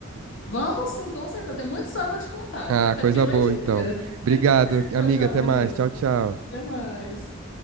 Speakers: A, on the left (about 65°); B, on the right (about 80°).
A: Vamos sim, com certeza. Tem muita história pra te contar.
B: Ah,
A: Vai ficar
B: coisa
A: aqui a noite
B: boa,
A: inteira.
B: então. Obrigado,
A: <laughs> Tchau,
B: amiga,
A: tchau,
B: até
A: Maurício.
B: mais. Tchau, tchau.
A: Até mais.